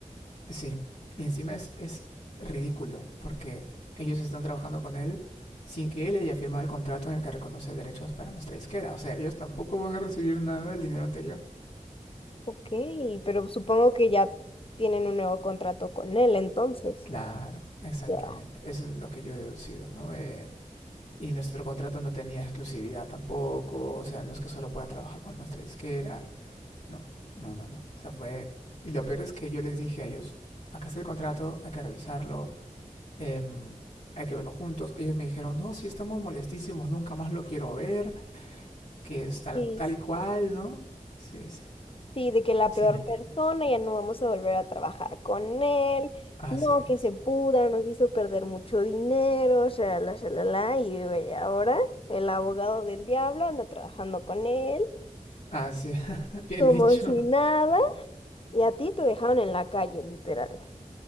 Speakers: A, on the left; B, on the left.
A: Sí. Y encima es, es ridículo, porque ellos están trabajando con él sin que él haya firmado el contrato en el que reconoce derechos para nuestra disquera. O sea, ellos tampoco van a recibir nada del dinero anterior.
B: Ok, pero supongo que ya tienen un nuevo contrato con él entonces.
A: Claro, exactamente.
B: Ya.
A: Eso es lo que yo he deducido, ¿no? Eh, y nuestro contrato no tenía exclusividad tampoco, o sea, no es que solo pueda trabajar con nuestra disquera, no, no, no, no. O sea, fue... Y lo peor es que yo les dije a ellos, acá está el contrato, hay que revisarlo, em, hay que verlo juntos. Ellos me dijeron, no, si estamos molestísimos, nunca más lo quiero ver, que es tal,
B: Sí,
A: tal y cual, ¿no? Sí, sí.
B: Sí, de que la
A: Sí
B: peor
A: me entiendes.
B: persona ya no vamos a volver a trabajar con él,
A: Así
B: no,
A: es.
B: que se pudra, nos hizo perder mucho dinero, shalala, shalala, y ve ahora el abogado del diablo anda trabajando con él,
A: Así, <laughs> bien
B: como
A: dicho.
B: si nada, y a ti te dejaron en la calle, literal.